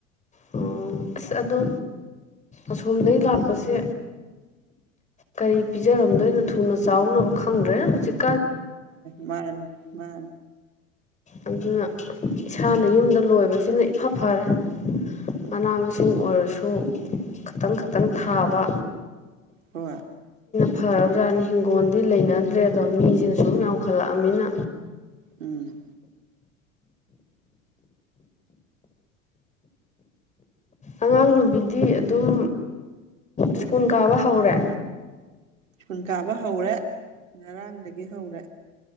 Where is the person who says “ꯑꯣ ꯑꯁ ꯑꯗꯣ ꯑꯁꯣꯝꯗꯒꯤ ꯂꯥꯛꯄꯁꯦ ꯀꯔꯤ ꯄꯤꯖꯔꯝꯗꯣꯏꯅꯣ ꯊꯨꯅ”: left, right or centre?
Left